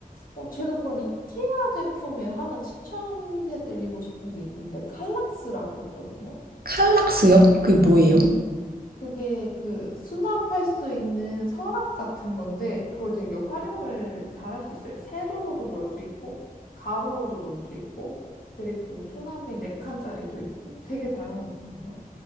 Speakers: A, on the left; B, on the right.
A: 어, 제가 그럼 이케아 제품에 하나 추천해드리고 싶은 게 있는데 칼락스라고 있거든요.
B: 칼락스요? 그게 뭐예요?
A: 네. 그게 그 수납할 수 있는 서랍 같은 건데 그걸 되게 활용을 잘할 수 있어요. 세로로도 놓을 수 있고 가로로도 놓을 수 있고 그리고 수납이 네칸짜리도 있고 되게 다양하거든요.